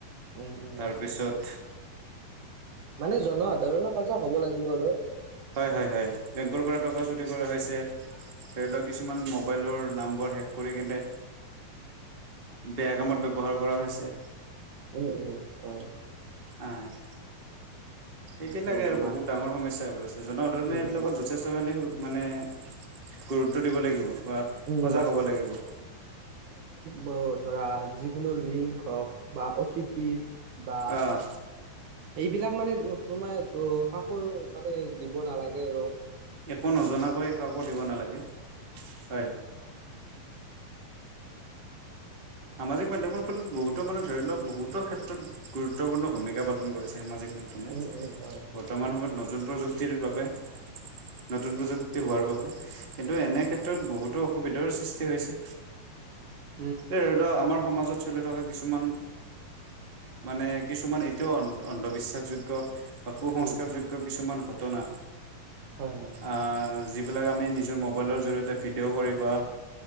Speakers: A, on the right; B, on the right.
A: উম উম
B: তাৰপিছত
A: মানে জনসাধাৰণো সজাগ হ'ব লাগিব আৰু
B: হয়-হয়-হয় বেংকৰ পৰা টকা চুৰি কৰা হৈছে ধৰি লক কিছুমান মোবাইলৰ নাম্বাৰ হেক কৰি কেনে
A: <inaudible>
B: বেয়া কামত ব্যৱহাৰ কৰা হৈছে
A: উম উম হয়
B: আইছ এইবিলাকে
A: উম
B: আৰু
A: মান
B: বহুত ডাঙৰ সমস্যা হৈ পৰিছে জনসাধাৰণে
A: উম
B: এইবিলাকত
A: মা
B: যথেষ্টখিনি সু মানে গুৰুত্ব দিব লাগিব বা
A: উম
B: সজাগ হ'ব লাগিব
A: ব ধৰা যিকোনো লিংক হক বা অ' টি পি বা
B: আহ
A: এইবিলাক মানে তোমাৰ <unintelligible> মানে দিব নালাগে আৰু
B: একো নজনাকৈ কাকো দিব
A: উম
B: নালাগে। হয়। সামাজিক মাধ্যমৰ ফলত বহুতো মানে ধৰি লক
A: উম
B: বহুতো ক্ষেত্ৰত গুৰুত্বপূৰ্ণ ভূমিকা পালন কৰিছে সামাজিক মাধ্যমে
A: উম উম হয়
B: বৰ্তমান সময়ত নতুন প্ৰযুক্তিৰ বাবে নতুন প্ৰযুক্তি হোৱাৰ বাবে কিন্তু এনে ক্ষেত্ৰত বহুতো অসুবিধাৰো সৃষ্টি হৈছে
A: <inaudible>
B: এই ধৰি ল আমাৰ সমাজত চলি থকা কিছুমান মানে কিছুমান এতিয়াও অন অন্ধবিশ্বাসযোগ্য বা কুসংস্কাৰযোগ্য
A: উম
B: কিছুমান ঘটনা
A: হয় হয়
B: আহ যিব যিবিলাক আমি নিজৰ মোবাইলৰ জৰিয়তে ভিডিঅ' কৰি বা